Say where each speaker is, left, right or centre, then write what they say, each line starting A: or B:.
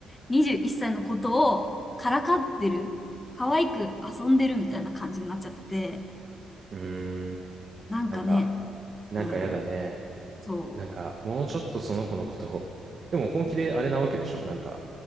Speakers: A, on the left; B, on the right.
A: 21歳のことをからかってる、可愛く遊んでるみたいな感じになっちゃってて、
B: うーん。
A: なんかね、
B: なんか、なんかやだね。
A: うん、そう、
B: なんか、もうちょっとその子のことを。でも本気であれなわけでしょなんか、